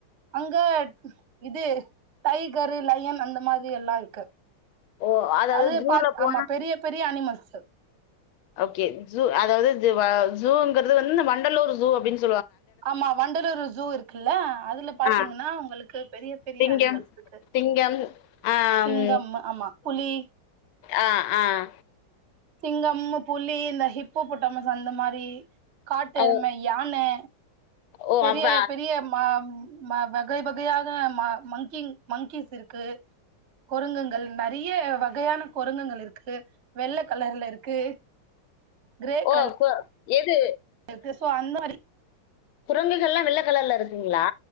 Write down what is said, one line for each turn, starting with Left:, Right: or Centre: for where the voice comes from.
Right: அங்க இது டைகரு லயன் அந்த மாதிரி எல்லாம் இருக்கு
Left: ஓ அதாவது
Right: அது
Left: ஜூல
Right: பா
Left: போ
Right: ஆமா பெரிய பெரிய அனிமல்ஸ் சு
Left: ஓகே ஜூ அதாவது இதுவ ஜூங்கிறது வந்து இந்த வண்டலூர் ஜூ அப்படின்னு சொல்ல
Right: ஆமா வண்டலூர் ஜூ இருக்குல்ல அதுல பாத்தீங்கன்னா
Left: ஆ
Right: உங்களுக்கு பெரிய பெரிய
Left: சிங்கம்,
Right: அனிமல்ஸ் இருக்கு
Left: சிங்கம், ஆம்
Right: சிங்கம் ஆமா புலி
Left: ஆஹ் ஆஹ்
Right: சிங்கம் புலி இந்த ஹிப்போபொட்டாமஸ் அந்த மாதிரி காட்டு
Left: ஓ
Right: எருமை யானை
Left: ஓ
Right: பெரிய
Left: அப்ப
Right: பெரிய மா வகை வகையான மங்கிங் மங்கீஸ் இருக்கு குரங்குங்கள் நிறைய வகையான குரங்குங்கள் இருக்கு வெள்ள கலர்ல இருக்கு கிரே
Left: ஓ
Right: கலர்ல
Left: அப்ப எது
Right: இருக்கு சோ அந்த மாதிரி
Left: குரங்குகள் எல்லாம் வெள்ள கலர்ல இருக்குங் ங்களா